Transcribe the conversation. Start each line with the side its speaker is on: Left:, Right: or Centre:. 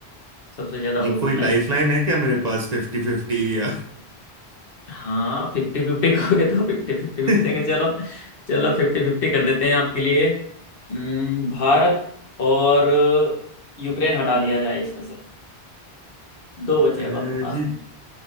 Left: सबसे ज्यादा
Right: ये
Left: हो सकता
Right: कोई लाइफलाइन
Left: है
Right: है क्या मेरे पास फिफ्टी फिफ्टी या
Left: हाँ फिफ्टी फिफ्टी कहोगे तो फिफ्टी फिफ्टी भी
Right: <laughs>
Left: दे देंगे चलो चलो फिफ्टी फिफ्टी कर देते हैं आपके लिए हम्म, भारत और यूक्रेन हटा दिया जाए इसमें से दो बचे
Right: अ,
Left: अब आपके पास
Right: जी
Left: में